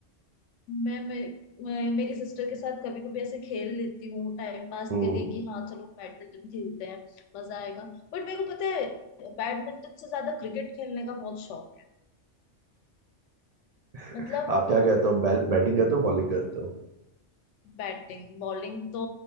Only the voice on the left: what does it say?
मैं, मैं, मैं मेरी सिस्टर के साथ कभी कभी ऐसे खेल लेती हूँ टाइम पास
के लिए कि हाँ चलो बैडमिंटन खेलते हैं मजा आएगा बट मेरे को पता है बैडमिंटन से ज्यादा क्रिकेट खेलने का बहुत शौक है
मतलब
बैटिंग बॉलिंग तो